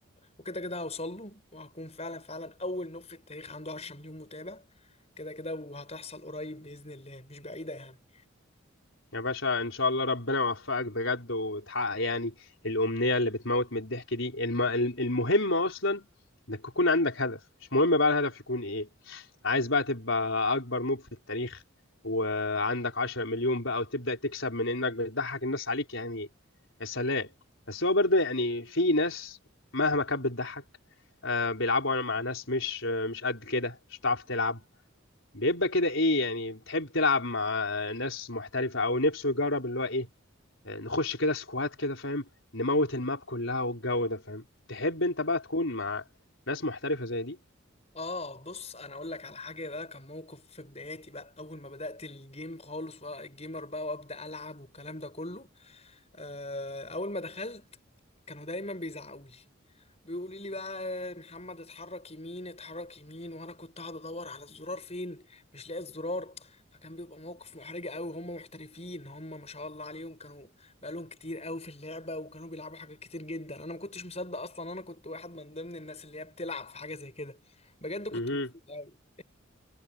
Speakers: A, on the left; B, on the left.
A: وكده كده هوصل له وهكون فعلا فعلا اول نوع في التاريخ عنده 10 مليون متابع كده كده وهتحصل قريب باذن الله مش بعيده يعني
B: يا باشا ان شاء الله ربنا يوفقك بجد وتحقق يعني الامنية اللي بتموت من الضحك دي الم... المهم اصلا انك يكون عندك هدف مش مهم بقى الهدف يكون ايه عايز بقى تبقى اكبر نوب في التاريخ وعندك 10 مليون بقى وتبدأ تكسب من انك بتضحك الناس عليك يعني يا سلام بس هو برضه يعني في ناس مهما كانت بتضحك آه، بيلعبوا مع ناس مش آه، مش قد كده مش هتعرف تلعب بيبقى كده ايه يعني بتحب تلعب مع آه، ناس محترفة او نفسه يجرب اللي هو ايه آه، نخش كده سكوات كده فاهم نموت الماب كلها والجو ده فاهم تحب انت بقى تكون مع ناس محترفة زي دي
A: اه بص انا اقول لك على حاجه بقى كان موقف في بداياتي بقى اول ما بدات الجيم خالص بقى الجيمر بقى وابدا العب والكلام ده كله آه، اول ما دخلت كانوا دايما بيزعقوا لي بيقولوا لي بقى محمد اتحرك يمين اتحرك يمين وانا كنت قاعد ادور على الزرار فين مش لاقي الزرار فكان بيبقى موقف محرج قوي هم محترفين هم ما شاء الله عليهم كانوا بقالهم كتير قوي في اللعبه وكانوا بيلعبوا حاجات كتير جدا انا ما كنتش مصدق اصلا انا كنت واحد من ضمن الناس اللي هي بتلعب في حاجه زي كده بجد كنت
B: مهم.
A: مبسوط قوي